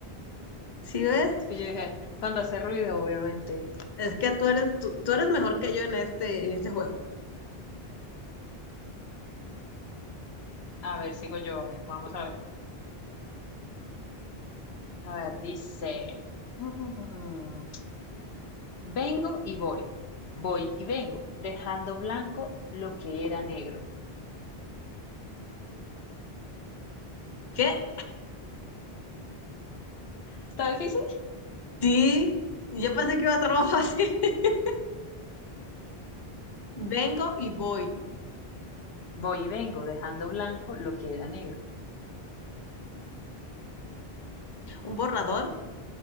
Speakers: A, on the left; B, on the left.
A: ¿Sí ves?
B: Sí, yo dije, cuando hace ruido, obviamente.
A: Es que tú eres, tú, tú eres mejor que yo en este, en este juego.
B: A ver, sigo yo, a ver, vamos a ver. A ver, dice, mm, mm, mm, mm. Vengo y voy, voy y vengo, dejando blanco lo que era negro.
A: ¿Qué?
B: ¿Está difícil?
A: Sí, yo pensé que iba a estar más fácil. <laughs> Vengo y voy.
B: Voy y vengo, dejando blanco lo que era negro.
A: ¿Un borrador?